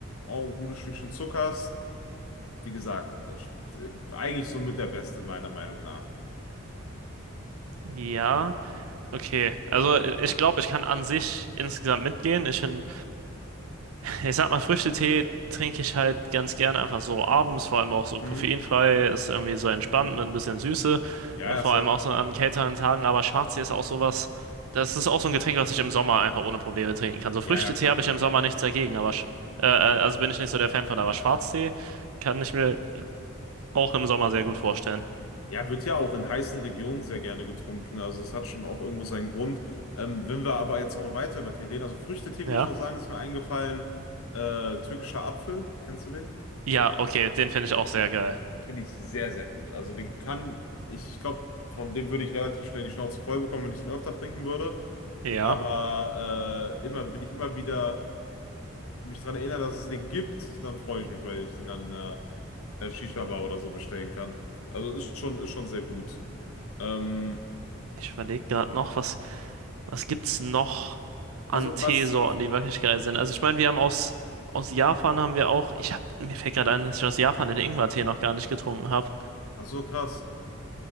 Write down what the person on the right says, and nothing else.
Ja, okay. Also i- ich glaube, ich kann an sich insgesamt mitgehen. Ich finde Ich sag mal, Früchtetee trinke ich halt ganz gerne einfach so abends, vor allem auch so
koffeinfrei, ist irgendwie so entspannt mit ein bisschen Süße,
äh,
vor
allem auch so an kälteren Tagen. Aber Schwarztee ist auch sowas, das ist auch so ein Getränk, was ich im Sommer einfach ohne Probleme trinken kann. So
Früchtetee
habe
ich im Sommer nichts dagegen, aber sch- äh, äh, also bin ich nicht so der Fan von, aber Schwarztee kann ich mir auch im Sommer sehr gut vorstellen.
Ja?
Ja, okay, den finde ich auch sehr geil.
Ja,
ich überlege gerade noch, was Was gibt's noch an
Teesorten, die wirklich geil sind? Also ich meine, wir haben aus, aus Japan haben wir auch, ich hab, mir fällt gerade ein, dass ich aus Japan den Ingwertee noch gar nicht getrunken habe.